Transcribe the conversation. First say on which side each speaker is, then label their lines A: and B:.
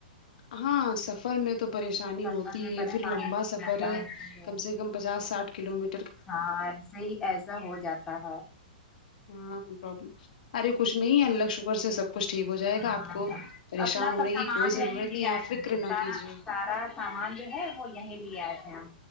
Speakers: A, on the left; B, on the left.
A: ہاں سفر میں تو پریشانی ہوتی
B: سفر میں پریشانی
A: ہے پھر لمبا
B: بہت
A: سفر
B: زیادہ
A: ہے
B: ہوتی ہے
A: کم سے کم پچاس سٹاھ کلو می
B: ہاں صحیح ایسا ہو جاتا ہے
A: ہاں پرابلم ارے کچھ نہیں ہے اللہ شکر سے سب سب کچھ ٹھیک ہو جائے گا
B: ہاں
A: آپ کو پریشان
B: اپنا
A: ہونے
B: سب سامان
A: کی کوئی ضرورت
B: یہیں بھی
A: نہیں آپ
B: آئے تھے
A: فکر نہ
B: سارا
A: کیجیے
B: سارا سامان جو ہے وہ یہیں بھی آئے تھے ہم